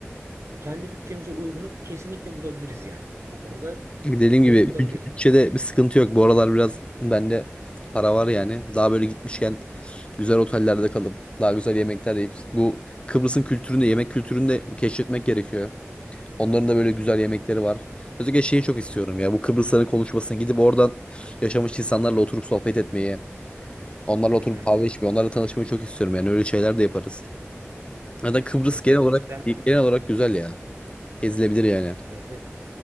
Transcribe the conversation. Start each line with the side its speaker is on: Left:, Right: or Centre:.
Right: Kendi bütçemize uygunu kesinlikle bulabiliriz yani. Bu konuda
Left: Dediğim gibi
Right: yapılabilir.
Left: büt- bütçede bir sıkıntı yok. Bu aralar biraz bende para var yani. Daha böyle gitmişken güzel otellerde kalıp daha güzel yemekler yiyip bu Kıbrıs'ın kültürünü, yemek kültürünü de keşfetmek gerekiyor. Onların da böyle güzel yemekleri var. Özellikle şeyi çok istiyorum ya. Bu Kıbrısların konuşmasına gidip oradan yaşamış insanlarla oturup sohbet etmeyi, onlarla
Right: Hı
Left: oturup
Right: hı.
Left: kahve içmeyi, onlarla tanışmayı çok istiyorum. Yani öyle şeyler de yaparız. Ya da Kıbrıs
Right: Evet
Left: genel
Right: evet
Left: olarak
Right: cidden
Left: genel olarak güzel ya. Gezilebilir yani.
Right: evet evet